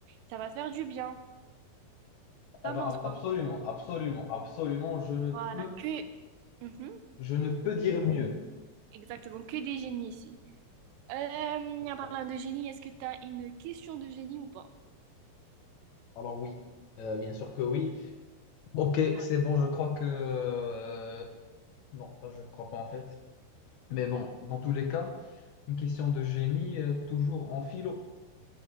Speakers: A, on the right; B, on the left.
A: ça va te faire du bien.
B: Ah
A: T'en
B: ben,
A: penses
B: ab-
A: quoi?
B: absolument, absolument, absolument, je ne peux,
A: Voilà, que... Mhm,
B: je ne peux dire mieux.
A: exactement, que des génies ici. Euh, en
B: C'est
A: parlant
B: ça.
A: de génie, est-ce que t'as une question de génie ou pas?
B: Alors oui, euh, bien sûr que oui. Ok,
A: Ouais,
B: c'est bon, je crois que... euh, Non, bah, je ne crois pas en fait. Mais bon, dans tous les cas, une question de génie, euh, toujours en philo.